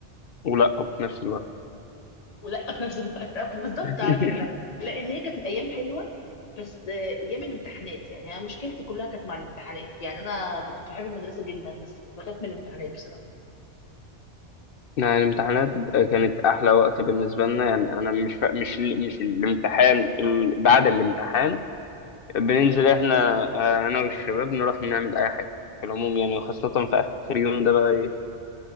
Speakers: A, on the left (about 55°); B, on the left (about 35°).
A: ولا في نفس الوقت
B: ولا <laughs> في نفس الوقت <laughs> أه، بالظبط
A: <laughs>
B: على فكرة لأن هي كانت أيام حلوة بس آه، أيام الامتحانات يعني أنا مشكلتي كلها كانت مع الامتحانات يعني أنا كنت بحب المدرسة جدا بس كنت بخاف من الامتحانات بصراحة
A: احنا الامتحانات كانت احلى وقت بالنسبه لنا يعني انا مش فا... مش ال- مش الامتحان ال... بعد الامتحان بننزل احنا آه، انا والشباب نروح نعمل اي حاجه في العموم يعني وخاصه في اخر يوم ده بقى ايه